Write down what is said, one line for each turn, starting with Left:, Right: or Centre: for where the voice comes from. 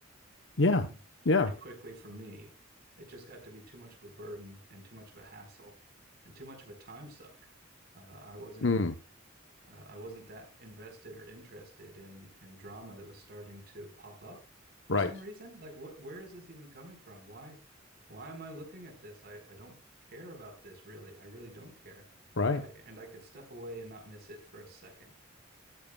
Left: Yeah.
Right: um,
Left: Yeah.
Right: pretty quickly for me. It just got to be too much of a burden and too much of a hassle and too much of a time suck. Uh, I wasn't
Left: Mm,
Right: uh, I wasn't that invested or interested in in drama that was starting to pop up for
Left: right.
Right: some reason. Like what where is this even coming from? Why why am I looking at this? I, I don't care about this really. I really don't care.
Left: Right.
Right: And I and I could step away and not miss it for a second.